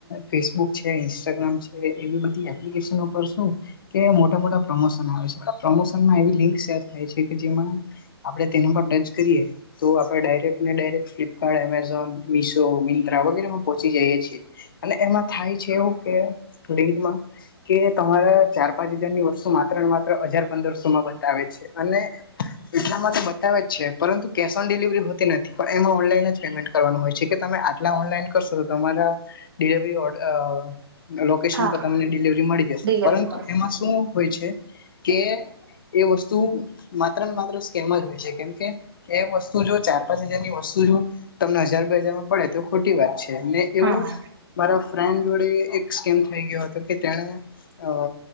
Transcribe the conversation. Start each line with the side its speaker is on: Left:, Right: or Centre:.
Left: ફેસબુક છે, ઇન્સ્ટાગ્રામ છે એવી બધી એપ્લિકેશનો પર શું કે મોટા મોટા પ્રમોશન આવે છે પણ પ્રમોશનમાં એવી લિંક શેર થાય છે કે જેમાં આપણે તેના પર ટચ કરીએ. તો આપણે ડાયરેક્ટને direct Flipkart, Amazon, Meesho, Myntra વગેરેમાં પહોંચી જઈએ છે. અને એમાં થાય છે, એવું કે રીલમાં કે તમારા ચાર પાંચ હજાર ની વસ્તુ માત્ર ને માત્ર હજાર પંદરસો માં બતાવે છે. અને એટલામાં તો બતાવે જ છે પરંતુ કેશ ઓન ડિલિવરી હોતી નથી. પણ એમાં ઓનલાઈન જ પેમેન્ટ કરવાનું હોય છે કે તમે આટલા ઓનલાઈન કરશો તો તમારા ડિલિવરી ઓડર લોકેશન
Right: હા
Left: પર તમને ડિલિવરી મળી જશે
Right: ડિલવરી
Left: પરંતુ
Right: મળશે
Left: એમાં શું હોય છે. કે એ વસ્તુ માત્ર ને માત્ર સ્કેમ જ હોય છે કેમ કે એ વસ્તુ જો ચાર પાંચ હજારની વસ્તુ જો તમને હજાર, બે હજારમાં પડે તો ખોટી વાત છે ને એવું
Right: હા
Left: જ મારા ફ્રેન્ડ જોડે એક શકેમ થઈ ગયો હતો કે તેને અ